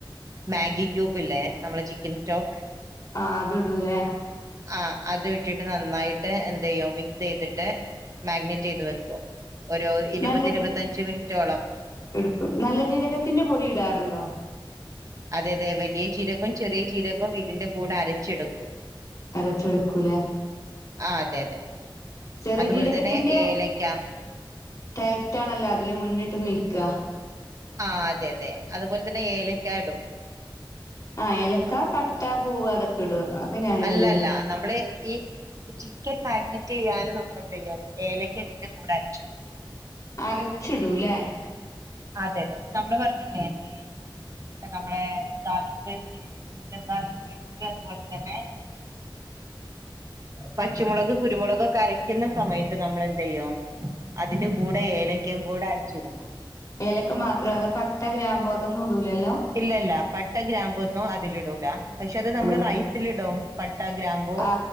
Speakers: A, on the right; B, on the left.
A: മാഗി ക്യൂബ്ല്ലേ നമ്മളെ ചിക്കൻ സ്റ്റോക്ക്.
B: ആഹ് അതിടൂല്ലേ.
A: ആഹ് അത് ഇട്ടിട്ട് നന്നായിട്ട് എന്തു ചെയ്യും മിക്സ് ചെയ്തിട്ട് മാഗ്നേറ്റ് ചെയ്ത് വെക്കും ഒരു ഇരുപത്
B: നല്ല
A: ഇരുപത്തഞ്ച്
B: ജീ
A: മിനിറ്റോളം.
B: എടുക്കും നല്ല ജീരകത്തിന്റെ പൊടി ഇടാറുണ്ടോ?
A: അതെ അതെ വലിയ ജീരകവും ചെറിയ ജീരകവും ഇതിന്റെ കൂടെ അരച്ചെടുക്കും.
B: അരച്ചെടുക്കൂലേ.
A: ആഹ് അതെ അതെ
B: ചെറിയ
A: അതുപോലെ
B: ജീരകത്തിന്റെ
A: തന്നെ ഏലക്ക
B: ടേസ്റ്റ് ആണല്ലോ അതില് മുന്നിട്ട് നിൽക്ക
A: ആഹ് അതെ അതെ അതുപോലെ തന്നെ ഏലക്കായിടും.
B: ആഹ് ഏലക്ക പട്ട പൂവ് അതൊക്കെ ഇടും അതൊക്കെ ഞാനിടല്ല്
A: അല്ലല്ല നമ്മള് ഈ ചിക്കൻ മാഗ്നേറ്റ് ചെയ്യാന് നമ്മളെന്ത് ചെയ്യ ഏലക്ക അതിന്റെ കൂടെ അരച്ചിടും
B: അരച്ചിടൂല്ലേ.
A: അതെ അതെ ഇപ്പൊ നമ്മള് പറഞ്ഞില്ലേ എന്ത് നമ്മളെ garlic paste ginger garlic paste അതുപോലെ തന്നെ പച്ചമുളക് കുരുമുളകൊക്കെ അരക്കുന്ന സമയത്ത് നമ്മളെന്ത്‌ ചെയ്യും. അതിന്റെ കൂടെ ഏലക്കയും കൂടെ അരച്ചെടുക്കും.
B: ഏലക്ക മാത്രം അതൊ പട്ട ഗ്രാമ്പൂ അതൊന്നും ഇടൂലല്ലോ.
A: ഇല്ല ഇല്ല പട്ട ഗ്രാമ്പൊന്നും അതിലിടൂല്ല പക്ഷെ അത് നമ്മള്
B: ഇടൂ
A: റൈസിലിടും പട്ട ഗ്രാമ്പൂ
B: ആ